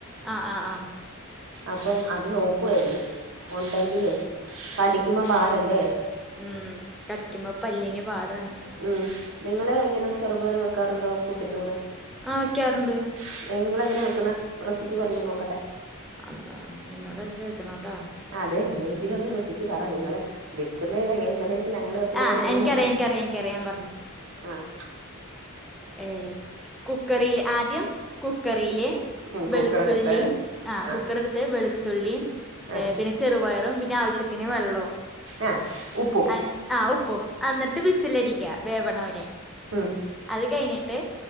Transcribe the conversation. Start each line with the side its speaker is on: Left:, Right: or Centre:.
Centre: ആഹ് ആഹ് ആഹ്
Right: അപ്പം അത് നോക്കുവായിരുന്ന് ഒണ്ടെങ്കിലേ കടിക്കുമ്പോ പാടല്ലേ?
Centre: ഉം കടിക്കുമ്പോ പല്ലിന് പാടാണ്
Right: മ് നിങ്ങള് എങ്ങനെ ചെറുപയറ് വെക്കാറുണ്ടോ പുട്ടിൻ്റെ കൂടെ?
Centre: ആ വെക്കാറ്ണ്ട്
Right: എഹേ നിങ്ങളെങ്ങനെയാ വെക്കുന്നേ? റെസിപ്പി പറഞ്ഞേ നോക്കട്ടെ
Centre: അള്ളാ എന്നോടന്നെ ചേയിക്കണോട്ടാ
Right: അതെ എങ്ങനെങ്കിലെന്ന് റെസിപ്പി പറ നിങ്ങളെ വെക്കുന്നേ ഏകദേശം ഞങ്ങള് വെക്കുന്ന
Centre: ആഹ്
Right: പോലെയാണോന്നറിയണ്ടേ?
Centre: എനിക്കറിയാം എനിക്കറിയാം എനിക്കറിയാം ഞാൻ
Right: ആഹ്
Centre: ഏഹേ കുക്കറില് ആദ്യം കുക്കറീല്
Right: ഉം
Centre: വെളുത്തുള്ളിം
Right: കുക്കറെടുത്ത്
Centre: ആഹാ
Right: ആ
Centre: കുക്കറെടുത്ത് വെളുത്തുള്ളിയും
Right: ആ
Centre: ഏഹ് പിന്നെ ചെറുപയറും പിന്നെ ആവശ്യ ത്തിന് വെള്ളൊവും
Right: ആ
Centre: <unintelligible>
Right: ഉപ്പും
Centre: ആ ഉപ്പും എന്നട്ട് വിസിലടിക്ക വേവണവരെ
Right: ഉംഹ്
Centre: അത് കഴിഞ്ഞിട്ട്